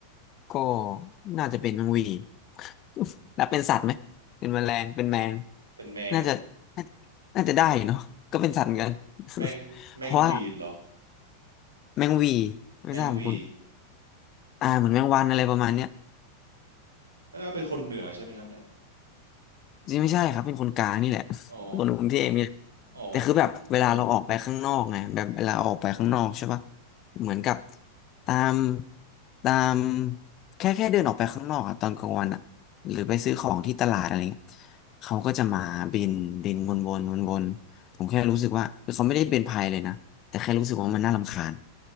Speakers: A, on the left; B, on the right.
A: ก็น่าจะเป็นแมงหวี่ <laughs> นับเป็นสัตว์ไหมเป็นแมลงเป็นแมง
B: เป็นแมง
A: น่าจะน่าน่าจะได้อยู่เนาะก็เป็นสัตว์เหมือนกัน
B: แมงแมงวีดเหรอ
A: <laughs> เพราะว่าแมงหวี่ไม่ทราบคุณ
B: แมงวี
A: อ่าเหมือนแมงวันอะไรประมาณเนี้ย
B: อ่าเป็นคนเหนือใช่ไหมครับเนี่ย
A: จริงไม่ใช่ครับเป็นคนกลางนี่แหละ <laughs>
B: อ๋อ
A: เป็นคนกรุงเทพเนี่ย
B: อ๋อ
A: แต่คือแบบเวลาเราออกไปข้างนอกไงแบบเวลาออกไปข้างนอกใช่ปะเหมือนกับตามตามแค่แค่เดินออกไปข้างนอกอะตอนกลางวันอะหรือไปซื้อของที่ตลาดอะไรเงี้ยเขาก็จะมาบินบินวนวนวนวนผมแค่รู้สึกว่าคือเขาไม่ได้เป็นภัยเลยนะแต่แค่รู้สึกว่ามันน่ารำคาญ